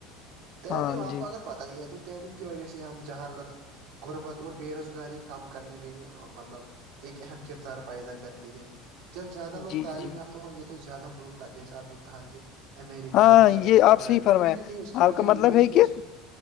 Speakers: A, on the right; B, on the left.
A: تعلیم
B: ہاں
A: آپ
B: جی
A: کو اگر پتہ ہی ہے تو تعلیم کی وجہ سے ہم جہالت غربت اور بے روزگاری کم کرنے میں بھی مطلب ایک اہم کردار پیدا کرتی ہے جب زیادہ لوگ
B: جی
A: تعلیم
B: جی
A: یافتہ ہوں گے تو زیادہ ملک جسے آپ نے کہا کہ امریکہ
B: ہاں
A: بہت ترقی
B: یہ
A: کر
B: آپ
A: رہا
B: سےحی
A: ہے تو
B: فرمایں
A: کہیں نہ کہیں اس کی وجہ
B: آپ کا
A: یہی
B: مطلب ہے کہ
A: اس